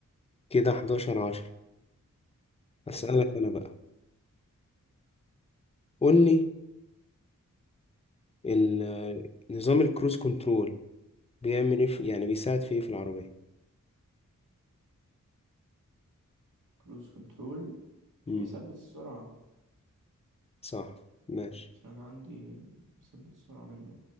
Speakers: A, on the left; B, on the right.
A: كده 11 10 أسألك
B: تمام
A: أنا بقى قولي ال- نظام الكروز كنترول بيعمل إيه في... يعني بيساعد في إيه في العربية
B: كروز كنترول
A: مم.
B: بيثبت السرعة
A: صح ماشي
B: عشان انا عندي مثبت السرعة منه